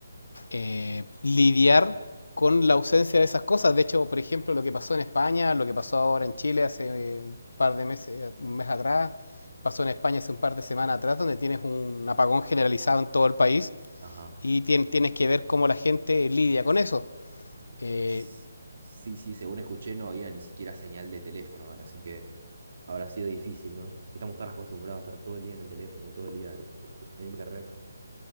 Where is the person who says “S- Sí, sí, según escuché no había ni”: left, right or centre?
Right